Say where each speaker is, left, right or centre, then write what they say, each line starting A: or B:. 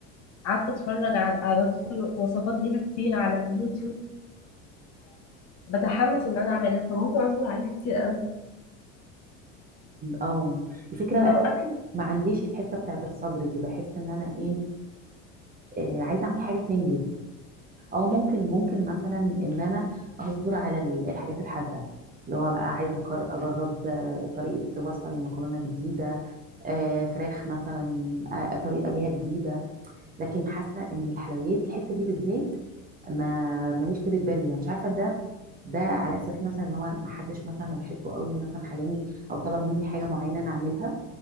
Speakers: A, on the left; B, on the right.
A: قعدت اتفرج على على طرق وصفات ليها كتير على اليوتيوب فبتحمس ان انا اعملها فممكن اصبر عليها كتير قوي
B: اه الفكره
A: لو
B: بقى
A: اكل
B: ما عنديش الحته بتاعت الصبر دي بحس ان انا ايه آه عايزه اعمل حاجه تنجز او ممكن ممكن مثلا ان انا اصبر على ال- الحاجات الحادقه اللي هو بقى عايزه أقر- اجرب آه، طريقه وصفه لمكرونه جديده آه، فراخ مثلا آه، طريقه ليها جديده لكن حاسه ان الحلويات الحته دي بالذات ما ماليش طولة بال يعني مش عارفه ده ده على اساس مثلا ان هو ما حدش مثلا انا بحبه قوي مثلا خلاني او طلب مني حاجه معينه انا اعملها